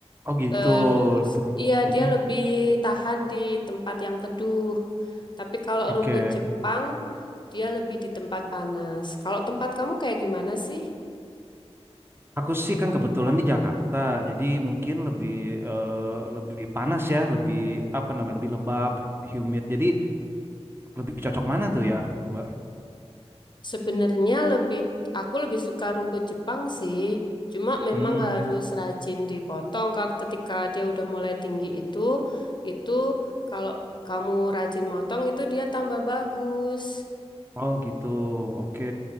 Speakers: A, on the right (about 20°); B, on the left (about 45°).
A: Oh gitu
B: Terus,
A: lebih.
B: iya
A: Mm-mm.
B: dia lebih tahan di tempat yang teduh. Tapi kalau
A: Oke.
B: rumput Jepang, dia lebih di tempat panas. Kalau tempat kamu kayak gimana sih?
A: Aku sih kan kebetulan di Jakarta, jadi mungkin lebih eh, lebih panas ya, lebih apa namanya lebih lembab, humid. Jadi lebih cocok mana tuh ya Mbak?
B: Sebenarnya lebih, aku lebih suka rumput Jepang sih. Cuma memang
A: Hmm.
B: harus rajin dipotong. Kalau ketika dia udah mulai tinggi itu, itu kalau kamu rajin motong itu dia tambah bagus.
A: Oh gitu, oke.